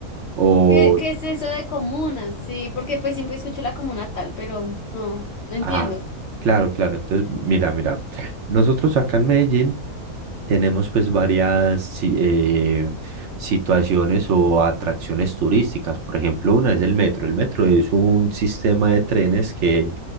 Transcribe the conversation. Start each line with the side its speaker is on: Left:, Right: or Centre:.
Right: o
Left: ¿Qué, qué es eso de comunas? Sí, porque pues siempre escucho la comuna tal, pero no, no entiendo.
Right: Ah, claro, claro. Entonces, mira, mira. Nosotros acá en Medellín tenemos pues varias si- eh, situaciones o atracciones turísticas. Por ejemplo, una es el metro. El metro es un sistema de trenes que